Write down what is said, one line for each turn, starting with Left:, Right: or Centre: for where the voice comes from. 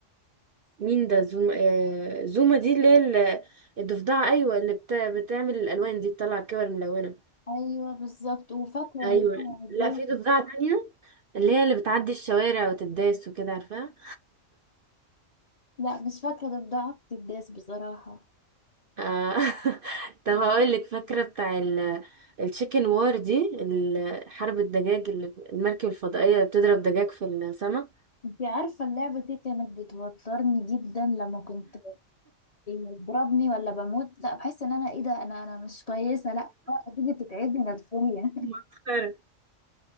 Right: ومين ده زوما آه زوما دي اللي هي ال- الضفدعة أيوة اللي بت... بتعمل الألوان دي بتطلع الكور ملونة
Left: ايوه بالظبط وفاكره
Right: أيوة
Left: اللي هو ازاي
Right: لأ في ضفدعة تانية اللي هي اللي بتعدي الشوارع وتداس وكده عارفاها
Left: لا مش فاكره ضفدعه الداس بصراحه
Right: آه <laughs> طب هقولك فاكرة بتاع ال... التشيكن وار دي ال- حرب الدجاج اللي- المركب الفضائية اللي بتضرب دجاج في السماء
Left: انتي عارفه اللعبه دي كانت بتوترني جدا لما كنت إيه، بيضربني ولا بموت لا بحس ان انا ايه ده انا انا مش كويسه لا آه، تيجي تتعبني نفسيا
Right: مسخرة